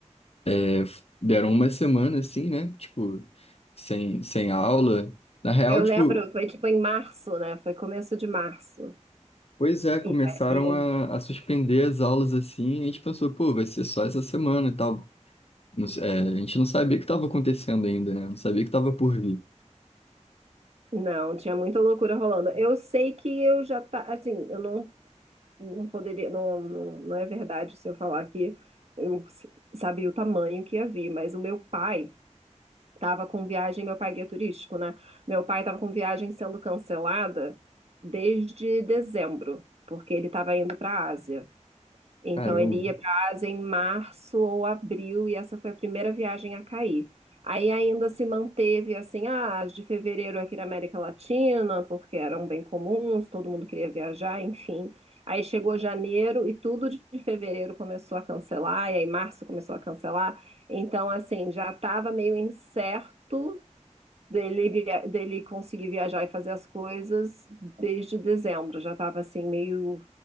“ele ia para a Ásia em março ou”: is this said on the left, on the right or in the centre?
Right